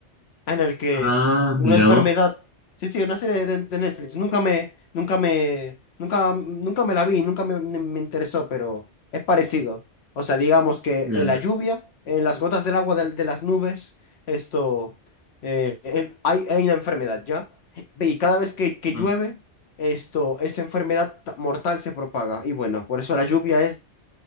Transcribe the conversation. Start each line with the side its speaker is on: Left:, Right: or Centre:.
Left: en el que
Right: Ah,
Left: una
Right: mira
Left: enfermedad,
Right: vos,
Left: sí, sí, una serie de, de Netflix, nunca me, nunca me, nunca, nunca me la vi, nunca me, me- me interesó, pero es parecido. O sea, digamos que
Right: claro.
Left: en la lluvia, en las gotas del agua del- de, las nubes, esto, eh, em- hay, hay una enfermedad, ¿ya? Y cada vez que, que
Right: Ah,
Left: llueve, esto, esa enfermedad ta- mortal se propaga. Y bueno, por eso la lluvia es